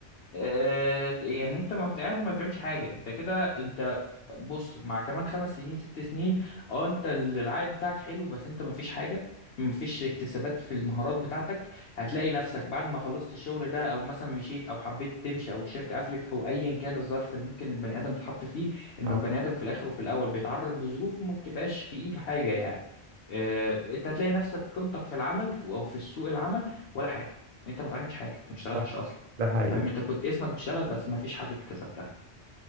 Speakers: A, on the left; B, on the right.
A: آه يعني انت ما بت- قاعد ما بتعملش حاجه انت كده انت بص مع كمان خمس سنين ست سنين اه انت ال- العائد بتاعك حلو بس انت مفيش حاجه مفيش اكتسابات في المهارات بتاعتك هتلاقي نفسك بعد ما خلصت الشغل ده او مثلا مشيت او حبيت تمشي او الشركه قفلت او ايا كان الظرف اللي ممكن البني ادم بيتحط فيه انه
B: اه
A: البني ادم في الاخر وفي الاول بيتعرض لظروف وما بتبقاش في ايده حاجه يعني اه انت هتلاقي نفسك قيمتك في العمل او في سوق العمل ولا حاجه انت ما اتعلمتش حاجه انت ما اشتغلتش
B: ده
A: اصلا
B: ده حقيقي
A: انت فاهم انت كنت اسمك بتشتغل بس مفيش حاجه اكتسبتها